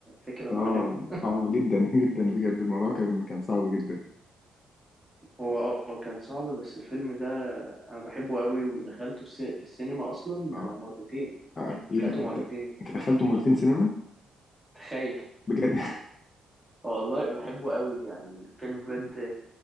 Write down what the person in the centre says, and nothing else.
فكرة
مؤلمة
هو اه كان صعب بس الفيلم ده أنا بحبه قوي ودخلته الس- في السينما أصلا
مرتين
اكلته
مرتين
تخيل
والله بحبه قوي يعني فيلم بجد